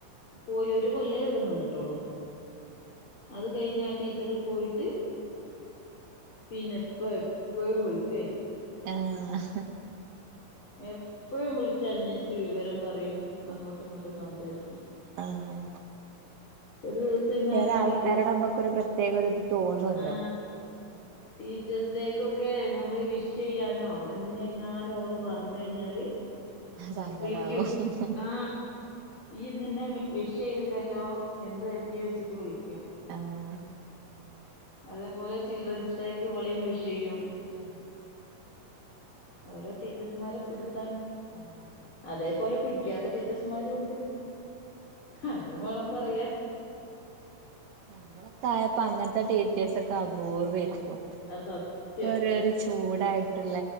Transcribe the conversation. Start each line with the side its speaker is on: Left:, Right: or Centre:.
Left: പോയി ഒരു കൊല്ലേ ഇവിടെ നിന്നിട്ടുള്ളൂ. അത് കഴിഞ്ഞ ആ ടീച്ചറ് പോയിട്ട് പിന്നെപ്പ എപ്പഴും വിളിക്കയിൻ
Right: ആഹ
Left: എപ്പഴും വിളിച്ച അന്വേഷിച്ച് വിവരം പറയും അങ്ങോട്ടും ഇങ്ങോട്ടും സംസാരിക്കും
Right: ആഹ്
Left: ഒരു ദിവസം എങ്ങാനോ
Right: ചെല ആൾക്കാരോട്
Left: ടീച്ചേസ്
Right: നമ്മക്കൊരു പ്രത്യേക ഒരു ഇത് തോന്നുവല്ലോ
Left: ആ ടീച്ചേഴസ് ഡേക്കൊക്കെ നമ്മള് വിഷ് ചെയ്യാനോ എന്തിനെങ്ങാനോ ഓള് മറന്നഴിഞ്ഞാ ൽ
Right: സങ്കടാവും
Left: വിളിക്കൂ ആ ഈ ഇന്നെന്നെ വിഷ് ചെയ്തില്ലല്ലോ എന്ത് പറ്റി ചോയിച്ചിട്ട് വിളിക്കും
Right: ആഹ്
Left: അതേപോലെ ചിൽഡ്രൻസ് ഡേക്ക് ഇവളയും വിഷ് ചെയ്യും
Right: ഉം
Left: ഓരോ ടീച്ചേഴ്സ്മാരെ പിടുത്താണ്
Right: ഉം
Left: അതേപോലെ പിടിക്കാത്ത ടീച്ചേർസ്മാരും ഉണ്ട് അതും വേണം പറയാൻ
Right: നമ്മളൊക്കെ ആയപ്പോ അങ്ങനത്തെ ടീച്ചേഴ്സൊക്കെ അപൂർവായിരുന്നു
Left: അത് സത്യം
Right: ഒക്കൊരു ഒരു ചൂടായിട്ടുള്ള